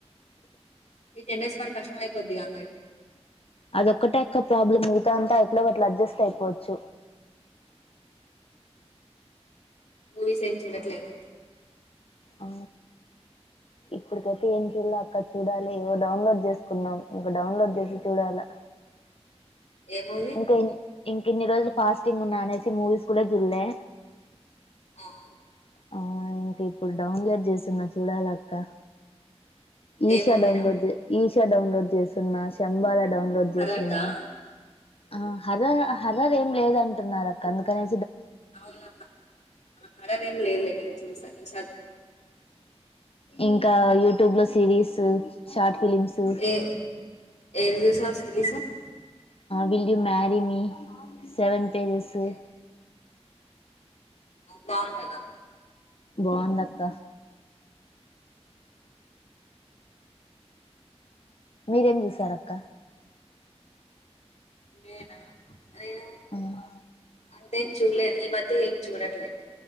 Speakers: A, on the left (about 85°); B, on the left (about 55°).
A: ఈ టెన్స్ మరి కష్టం అయిపోద్ది గా అందరికి
B: ఆది ఒక్కటే అక్క ప్రాబ్లమ్ మిగతా అంతా ఇట్లా వాట్లా అడ్జస్ట్ అయిపోవచ్చు
A: మూవీస్ ఏం చూడట్లేదా
B: ఆ ఇప్పుడికైతే ఏం చూడలా అక్క చూడాలి ఇగో డౌన్లోడ్ చేసుకున్నాం ఇంక డౌన్లోడ్ చేసి చూడాలా
A: ఏ మూవీ
B: ఇంకా ఇంక ఇన్ని రోజులు ఫాస్టింగ్ ఉన్నా అనేసి మూవీస్ కూడా చూలే
A: <unintelligible>
B: ఇకా ఇప్పుడు డౌన్లోడ్ చేస్తున్నా చూడాల అక్క ఈశా
A: ఏ మూవీరా
B: డౌన్లోడ్జ్ ఈశ డౌన్లోడ్ చేస్తున్నా శంభాల డౌన్లోడ్
A: హర్రర్
B: చేసున్నా
A: దా
B: ఆ హరర్ హరర్ ఏం లేదంటున్నారు అక్క అందుకనే
A: అవును హారర్ ఏం లేదు లే నేను చూడ ఈ
B: ఇంకా యూట్యూబ్ లో series short films
A: A <unintelligible> series
B: will you marry me seven తెలుసు
A: ఓకే బాగుంటదా
B: బాగుంద అక్క మీరేం చూసారక్క
A: నేనా
B: మ్మ్
A: అంతేం చూలే ఈ మధ అయితే ఏం చూడట్లేదు